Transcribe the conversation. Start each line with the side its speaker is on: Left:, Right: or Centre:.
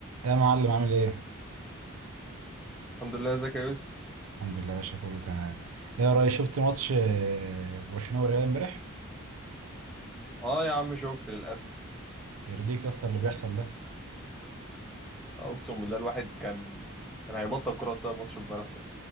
Right: يا معلم عامل ايه؟
Centre: الحمد لله ازيك يا يوسف
Right: الحمد لله يا باشا كله تمام ايه يا ريس شفت ماتش آه، برشلونة وريال امبارح؟
Centre: اه يا عم شفت للاسف
Right: يرضيك اصلا اللي بيحصل ده
Centre: اقسم بالله الواحد كان كان هيبطل كوره بسبب ماتش امبارح ده